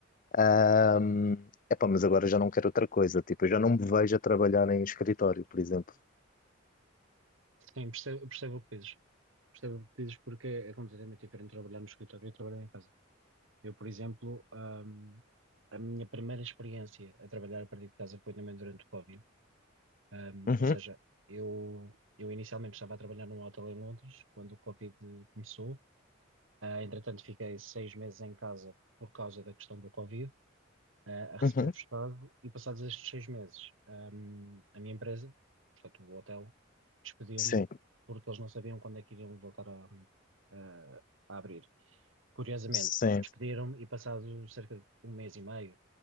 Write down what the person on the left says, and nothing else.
Ahm, epá, mas agora já não quero outra coisa. Tipo, eu já não me vejo a trabalhar em escritório, por exemplo.
Uhum.
Uhum.
Sim,
sim,